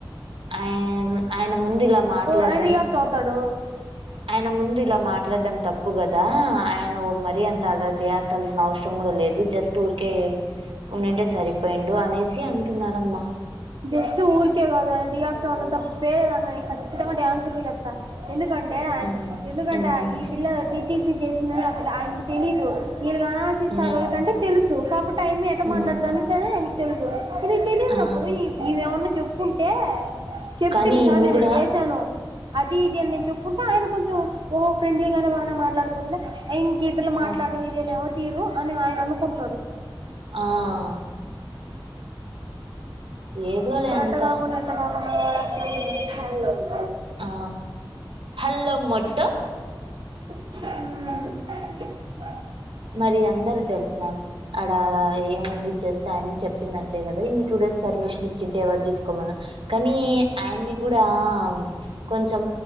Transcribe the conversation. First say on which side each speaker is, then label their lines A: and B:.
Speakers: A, on the right; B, on the right.
A: ఆయ్ ఆయన ముందిలా మాట్లాడడం
B: ఆయన రియాక్ట్ <inaudible>
A: ఆయన ముందు ఇలా మాట్లాడ్డం తప్పు కదా ఆయన ఒ మరీ అంత అడ రియాక్ట్ అల్సిన అవ్సరం కూడ లేద్ జస్ట్ ఊర్కే ఉండ్ టె సరిపొయిండు అనేసి అంటున్నారమ్మ ఉ
B: జస్ట్ ఊరికే కదా అండి రియాక్ట్ అవడంలో తప్పే కదాండి చితంగా ఆన్సర్ చెప్తా ఎందుకంటే
A: ఉమ్
B: ఎందుకంటే
A: ఉమ్
B: ఈ పిల్ల తి తీసి చేస్తుందని ఆ పిల్ల ఆయనకి తెలీదు వీళ్ళు కానాల్సిస్తారు
A: ఉమ్
B: విళ్ళకంటే తెలుసు కాబట్టి ఆ యమ్మి ఎట్ట
A: ఉమ్
B: మాట్లాడతదని యే తెలుసు అరే తెలీద్రా
A: ఆ
B: ఇప్పుడు ఇవేమన్నా చెప్పుంటే చెప్పింది
A: కానీ ఈమె
B: సార్ నేను
A: కూడా
B: ఇట్టా చేశాను అది ఇది అని నేను చెప్పుంటే ఆయన కొంచెం ఓ ఫ్రెండ్లీ గానే బానే మాట్లాడుతుందని ఇంగ్ ఈ పిల్ల మాట్లాడం
A: ఆ
B: ఇదే లేమో తీరు అని ఆయన అనుకుంటాడు <inaudible>
A: ఆ ఏదోలే అంతా
B: ఎట్ట కాకుండ ఎట్ట కాకుండ <unintelligible>
A: ఆ హల్లో మోటో
B: ఊ
A: మరి అందరూ తెలుసా అడా ఏముంది జస్ట్ అయమ్మి చెప్పింది అంతే కదా ఇన్ని టూ డేస్ పర్మిషన్ ఇచ్చింటే ఎవర్ తీస్కోమను కానీ ఆయమ్మి కూడా కొంచెం